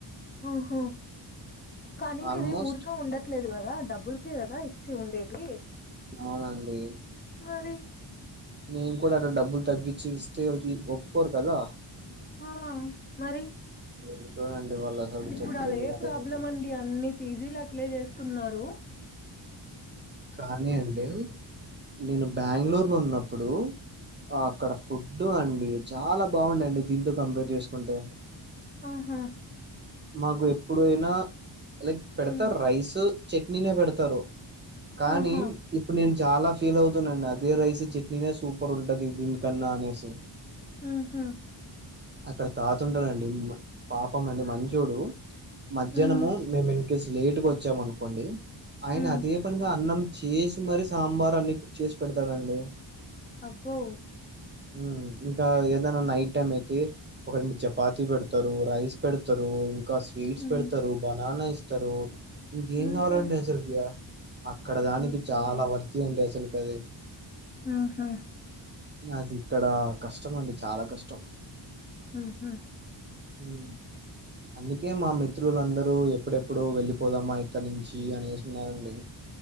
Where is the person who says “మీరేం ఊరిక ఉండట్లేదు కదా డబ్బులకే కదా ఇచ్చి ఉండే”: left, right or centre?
Left